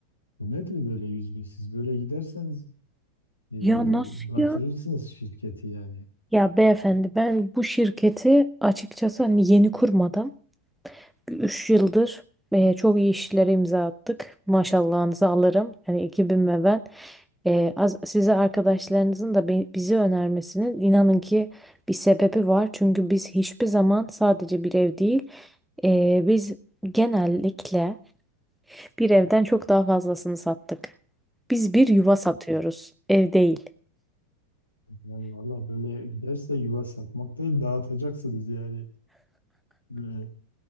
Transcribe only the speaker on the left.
bu nedir böyle yüz bin? Siz böyle giderseniz e,
batırırsınız
şirketi yani.
Yani valla böyle giderse yuva satmak değil dağıtacaksınız yani. Ee,